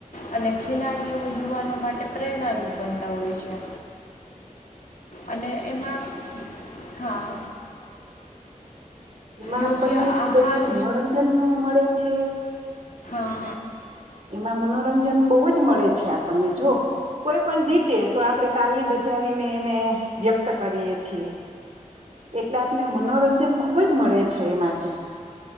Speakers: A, on the left; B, on the right.
A: અને ખેલાડીઓ યુવાનો માટે પ્રેરણારૂપ બનતા હોય છે અને એમાં હા
B: એમાં
A: યોગ્ય
B: આપણને ખુબ
A: આહાર
B: જ મનોરંજન મળે છે હું
A: હમ હા
B: એમાં મનોરંજન બહુ જ મળે છે આપણને જો કોઈ પણ જીતે તો આપણે તાલી બજાવીને એને વ્યક્ત કરીએ છીએ એટલે આપને મનોરંજન ખુબ જ મળે છે એમાંથી